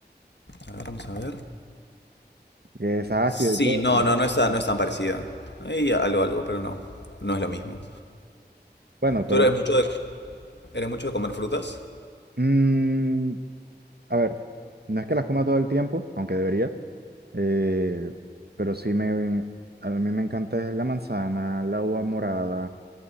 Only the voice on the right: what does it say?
que es ácida
y todo
eso.
Bueno,
pero...
mm, A ver, no es que las coma todo el tiempo, aunque debería, eh, pero sí me, a mí me encanta es la manzana, la uva morada,